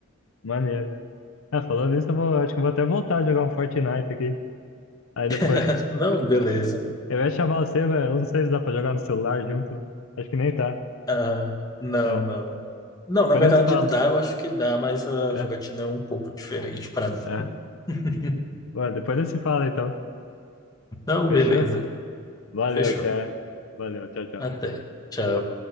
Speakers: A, on the left; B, on the left.
A: Maneiro. É, falando isso, eu vou, acho que eu vou até voltar a jogar um Fortnite aqui. Aí depois,
B: <laughs>
A: <laughs>
B: Não, beleza.
A: eu ia chamar você, velho, eu não sei se dá pra jogar no celular junto. Acho que nem tá.
B: Ah, não,
A: É,
B: não. Não,
A: depois
B: na verdade
A: nós se fala.
B: dá, eu acho que dá, mas a
A: É,
B: jogatina é um pouco diferente para mim.
A: é.
B: <laughs>
A: Ué, depois nós se fala, então.
B: Não,
A: Fechou?
B: beleza.
A: Valeu,
B: Fechou.
A: até. Valeu, tchau, tchau.
B: Até. Tchau.